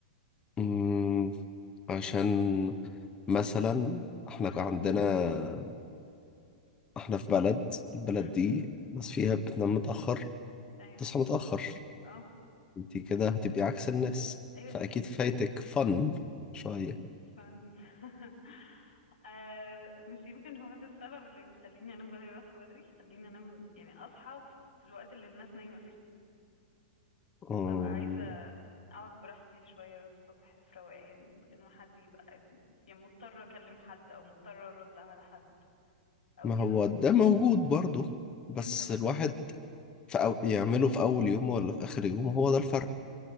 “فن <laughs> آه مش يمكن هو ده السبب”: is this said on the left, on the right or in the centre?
Left